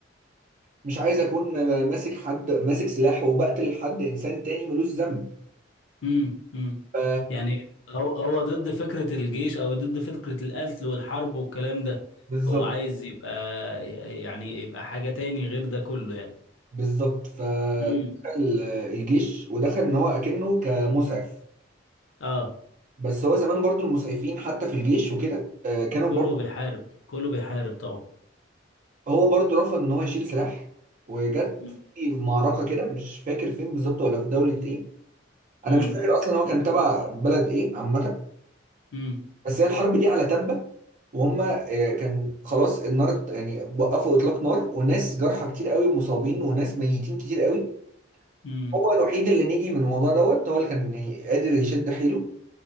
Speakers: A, on the right; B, on the left.
A: مش عايز اكون ماسك حد ماسك سلاح وبقتل حد انسان تاني ملوش ذنب
B: امم أمم.
A: ف
B: يعني هو هو ضد فكرة الجيش او ضد فكرة القتل والحرب والكلام ده
A: بالظبط
B: هو عايز يبقى يعني يبقى حاجة تاني غير ده كله يعني
A: بالظبط فدخل
B: امم
A: الجيش ودخل ان هو اكنه كمسعف
B: اه
A: بس هو زمان برضو المسعفين حتى في الجيش وكده آه، كانوا
B: كله
A: برضو
B: بيحارب كله بيحارب طبعا
A: هو برضو رفض ان هو يشيل سلاح وجت
B: مم.
A: في معركه كده مش فاكر فين بالظبط ولا في دوله ايه انا
B: امم
A: مش فاكر اصلا هو كان تبع بلد ايه عامه
B: امم
A: بس هي الحرب دي على تبة وهم آه، كان خلاص النار ات- يعني وقفوا اطلاق نار وناس جرحى كتير قوي ومصابين وناس ميتين كتير قوي
B: امم
A: هو الوحيد اللي نجي من الموضوع دوت هو اللي كان يعني قادر يشد حيله